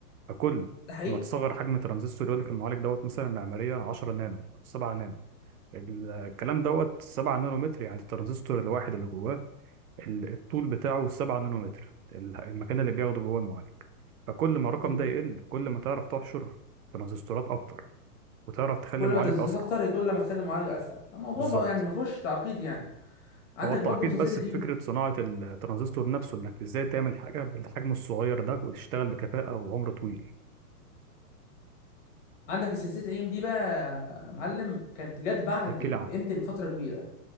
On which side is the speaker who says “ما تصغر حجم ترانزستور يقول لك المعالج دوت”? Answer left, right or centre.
Right